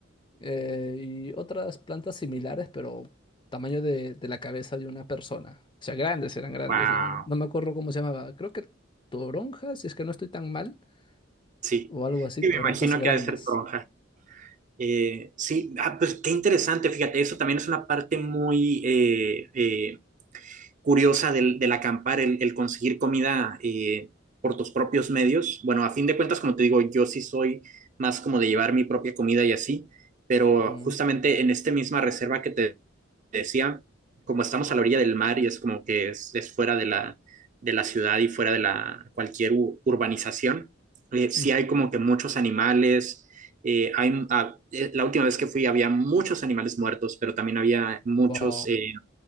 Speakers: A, on the left; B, on the right.
A: eh, y otras plantas similares, pero tamaño de, de la cabeza de una persona. O sea, grandes, eran grandes,
B: Wow,
A: ¿no? No me acuerdo cómo se llamaba. Creo que toronjas, si es que no estoy tan mal,
B: sí.
A: o algo así,
B: Sí,
A: toronjas
B: me imagino
A: grandes.
B: que ha de ser toronja. Eh, sí, ah, pues qué interesante, fíjate, eso también es una parte muy, eh, eh, curiosa del, del acampar, el, el conseguir comida eh, por tus propios medios. Bueno, a fin de cuentas, como te digo, yo sí soy más como de llevar mi propia comida y así, pero
A: Mm,
B: justamente en esta misma reserva que te decía, como estamos a la orilla del mar y es como que es, es fuera de la, de la ciudad y fuera de la cualquier u- urbanización, eh, sí
A: mm.
B: hay como que muchos animales. eh, hay, ah, eh, la última vez que fui había muchos animales muertos, pero también había muchos
A: Wow.
B: eh,